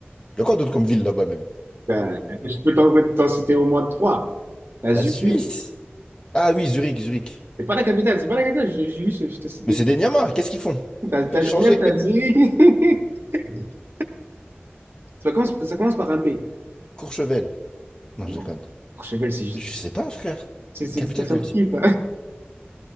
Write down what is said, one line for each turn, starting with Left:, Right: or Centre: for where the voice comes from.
Left: y a quoi d'autre comme ville là-bas même?
Right: Ben, je peux t'en t'en citer au moins trois. T'as
Left: La
Right: Zurich,
Left: Suisse? Ah oui, Zurich, Zurich.
Right: c'est pas la capitale, c'est pas la capitale, je, je- juste, je te cite
Left: Mais
Right: des
Left: c'est
Right: villes.
Left: des Niamas, qu'est-ce qu'ils font?
Right: T'as t'as
Left: Changer.
Right: Genève, t'as
Left: <laughs>
Right: Zurich. <laughs> Ça commence, ça commence par un B.
Left: Courchevel. Non,
Right: Non.
Left: je déconne.
Right: Courchevel, c'est juste.
Left: Je sais pas, frère.
Right: C'est c'est
Left: Capitale
Right: expression
Left: de la
Right: skip.
Left: Suisse?